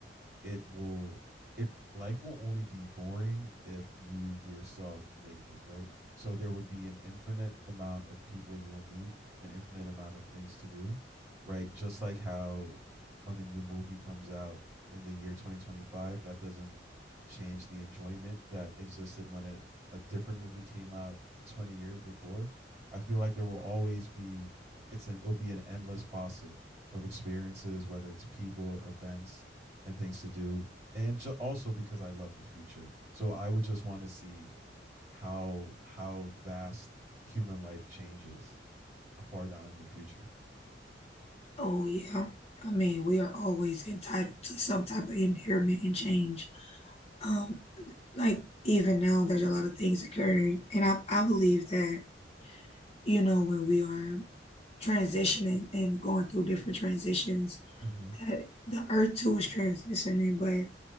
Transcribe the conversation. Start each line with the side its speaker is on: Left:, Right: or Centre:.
Right: it will it life will only be boring if you yourself make it right so there will be an infinite amount of people you will meet an infinite amount of things to do right just like how when a new movie comes out in the year 2025 that doesn't change the enjoyment that existed when it, a different movie came out 20 years before i feel like there will always be it's an it'll be an endless faucet of experiences whether it's people events and things to do and ju- also because I love the future. So I would just want to see how how vast human life changes far down in the future.
Left: Oh yeah. I mean, we are always entitled to some type of endearment and change. Um, like even now there's a lot of things occurring. And I, I believe that, you know, when we are transitioning and going through different transitions,
Right: Mm-hmm.
Left: that the earth too is transitioning, but